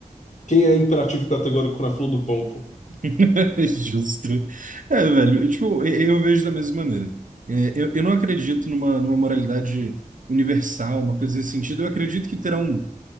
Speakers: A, on the left (about 55°); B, on the right (about 70°).
A: Quem é imperativo categórico na fila do pão, pô?
B: <laughs> Justo. É, velho, e, tipo, e- eu vejo da mesma maneira. É, eu, eu não acredito numa, numa moralidade universal, uma coisa nesse sentido. Eu acredito que terão